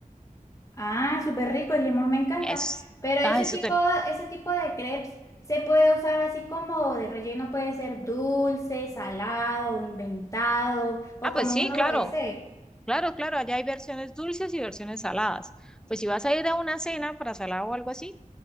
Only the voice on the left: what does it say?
Ah, súper rico, el limón me encanta.
Pero ese
tipo,
ese tipo de crepes se puede usar así como de relleno, puede ser dulce, salado o inventado, o
como
uno
lo desee.